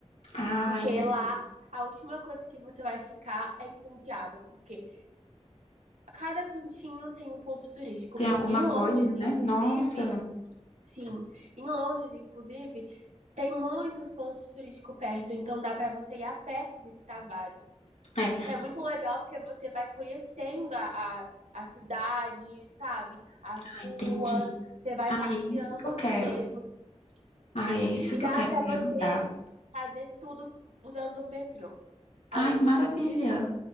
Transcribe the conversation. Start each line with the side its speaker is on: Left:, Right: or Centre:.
Left: Ah,
Right: Porque
Left: entendi.
Right: lá a última coisa que você vai ficar é entediada, porque cada cantinho tem um ponto turístico.
Left: Tem alguma
Right: Em
Left: coisa,
Right: Londres,
Left: né?
Right: inclusive,
Left: Nossa,
Right: Sim, em Londres, inclusive, tem muitos pontos turísticos perto, então dá para você ir a pé visitar vários.
Left: é.
Right: Isso é muito legal porque você vai conhecendo a, a, a cidade, sabe? As ruas,
Left: Ah, entendi.
Right: você vai
Left: Ai,
Right: passeando
Left: é isso que eu quero.
Right: mesmo. Sim,
Left: Ai, é isso
Right: e
Left: que
Right: dá
Left: eu quero.
Right: para
Left: Eu Quero
Right: você
Left: mudar.
Right: fazer tudo usando o metrô, além
Left: Ai, maravilha.
Right: de economizar